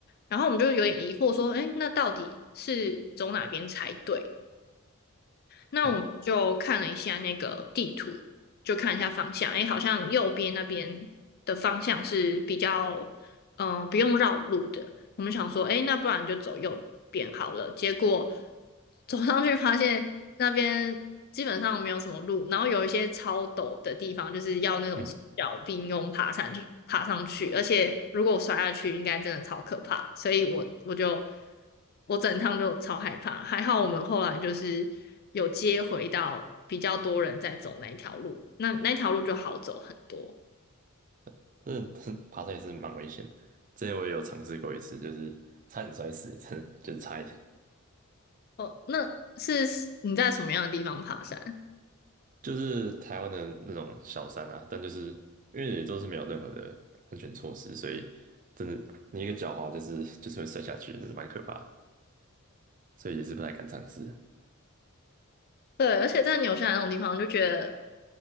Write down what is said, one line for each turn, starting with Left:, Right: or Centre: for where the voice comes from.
Left: 然后我们就有点疑惑说，哎，那到底是走哪边才对？那我们就看了一下那个地图，
Right: 嗯
Left: 就看一下方向，诶，好像右边那边的方向是比较，嗯、不用绕路的。我们想说，哎，那不然就走右边好了。结果走上去发现那边基本上没有什么路，然后有一些超陡的地方，就是要那种小并用爬山去爬上去，
Right: 嗯，
Left: 而且如果我摔下去，应该真的超可怕。所以我我就我整趟就超害怕，还好我们后来就是有接回到比较多人在走那一条路，那那条路就好走很多。
Right: <laughs> 这这爬山也是蛮危险的。之前我也有尝试过一次，就是差点摔死，真的就是差一点。
Left: 哦，那是你在什么样的地方爬山？
Right: 就是台湾的那种小山啊，但就是因为也都是没有任何的安全措施，所以真的你一个狡猾就是就是会摔下去，那是蛮可怕的，所以也是不太敢尝试。
Left: 对，而且在纽西兰那种地方，就觉得